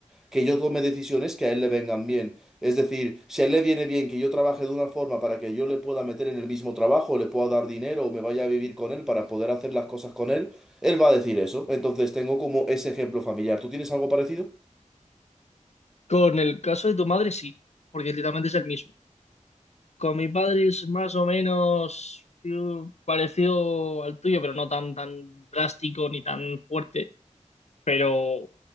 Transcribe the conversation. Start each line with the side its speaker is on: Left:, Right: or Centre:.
Centre: que yo tome decisiones que a él le vengan bien. Es decir, si a él le viene bien que yo trabaje de una forma para que yo le pueda meter en el mismo trabajo, le pueda dar dinero o me vaya a vivir con él para poder hacer las cosas con él, él va a decir eso. Entonces tengo como ese ejemplo familiar. ¿Tú tienes algo parecido?
Left: Con el caso de tu madre sí, porque literalmente es el mismo. Con mi padre es más o menos eh, parecido al tuyo, pero no tan, tan drástico ni tan fuerte, pero